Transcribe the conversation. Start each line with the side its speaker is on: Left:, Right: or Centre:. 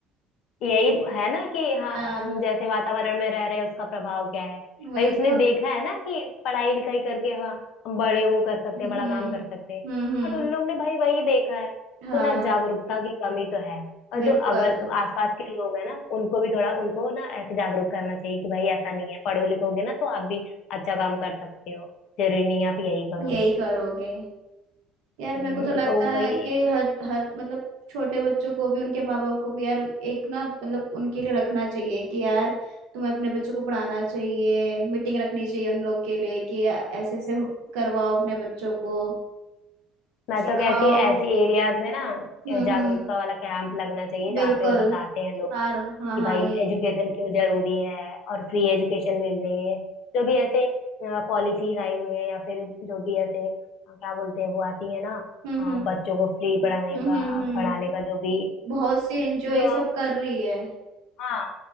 Left: यही है ना कि हाँ
Right: हाँ
Left: हम जैसे वातावरण में रह रहे हैं उसका प्रभाव क्या है
Right: वही
Left: भाई उसने
Right: तो
Left: देखा है ना कि पढ़ाई लिखाई करके हाँ हम बड़े वो कर सकते
Right: हम्म
Left: हैं बड़ा काम कर सकते हैं
Right: हम्म हम्म
Left: बट उन लोग ने भाई वही देखा है
Right: हाँ
Left: तो ना जागरूकता की कमी तो है और
Right: बिल्कुल
Left: जो अगल आसपास के लोग हैं ना उनको भी थोड़ा उनको ना ऐसे जागरूक करना चाहिए कि भाई ऐसा नहीं है पढ़ो लिखोगे ना तो आप भी अच्छा काम कर सकते हो जरूरी नहीं आप यही करोगे
Right: यही करोगे यार मेरे
Left: हम्म,
Right: को तो लगता
Left: तो
Right: है
Left: वही
Right: कि हर हर मतलब छोटे बच्चों को भी उनके माँ बाप को भी यार एक ना मतलब उनके लिए रखना चाहिए कि यार तुम्हें अपने बच्चों को पढ़ाना चाहिए मीटिंग रखनी चाहिए उन लोग के लिए कि या- ऐसे ऐसे हो- करवाओ अपने बच्चों को
Left: मैं
Right: सिखाओ
Left: तो कहती हूँ ऐसी एरियाज में ना
Right: हम्म
Left: जागरूकता
Right: हम्म
Left: वाला कैंप लगना चाहिए
Right: बिल्कुल
Left: जहाँ पे बताते हैं लोग
Right: हाँ हाँ
Left: कि
Right: हाँ
Left: भाई
Right: यही
Left: एजुकेशन क्यों जरूरी है और फ्री एजुकेशन मिल रही है जो भी ऐसे पॉलिसीज आई हुई है या फिर जो भी ऐसे अ, क्या बोलते हैं वो आती है ना
Right: हम्म
Left: अ,
Right: हम्म
Left: बच्चों को फ्री पढ़ाने
Right: हम्म
Left: का
Right: हम्म हम्म।
Left: पढ़ाने का जो भी
Right: बहुत सी एनजीओ ये
Left: जो
Right: सब कर रही है
Left: हाँ